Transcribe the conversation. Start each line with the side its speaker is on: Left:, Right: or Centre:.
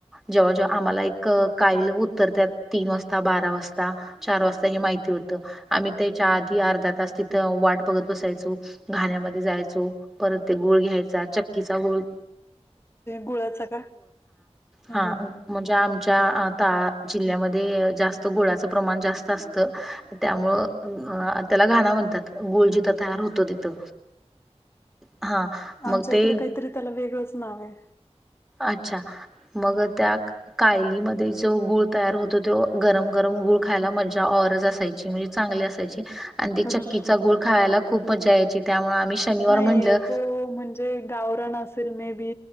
Centre: जेव्हा, जेव्हा आम्हाला एक काइल उतऱ्यात तीन वाजता, बारा वाजता. चार वाजता हे माहिती होत. आम्ही त्याच्या आधी अर्धा तास तिथं वाट बघत बसायचो. घाण्यामध्ये जायचो परत ते गोळ घ्यायचा, चक्कीचा गूळ.
Left: गुळाच का? ह.
Centre: हा
Left: ह.
Centre: म्हणजे? आमच्या त जिल्ह्यामध्ये, जास्त गुळाचं प्रमाण जास्त असतं. त्यामुंळ अ त्याला घाणा म्हणतात. गुळ जिथं तयार होतो तिथं. हा
Left: आमच्या
Centre: मग ते
Left: इकड काहीतरी त्याला, वेगळंच नाव आहे.
Centre: अच्छा! ! मग त्या कायलीमध्ये जो गुळ तयार होतो तो, गरम गरम गुळ खायला मज औरज असायची म्हणजे. चांगली असायची आणि ते,
Left: हं,
Centre: चक्कीचा
Left: हं.
Centre: गुळ खायला खूप मजा यायची त्यामुळे आम्ही. शनिवार
Left: नाही.
Centre: म्हटलं
Left: येतो म्हण तै गावरान असेल मे बी